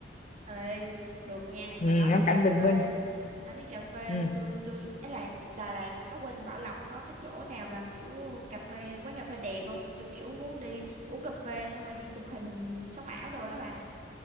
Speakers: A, on the right; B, on the left.
A: Ê, được nha,
B: ừ,
A: mà nói
B: ngắm
A: đến
B: cảnh
A: cà phê,
B: bình minh
A: nói đến cà phê,
B: ừ.
A: tôi tôi ấy là Đà Lạt, ở quên Bảo Lộc có cái chỗ nào mà kiểu cà phê, quán cà phê đẹp không? Tôi kiểu muốn đi uống cà phê xong rồi đi chụp hình sống ảo đồ đó bà.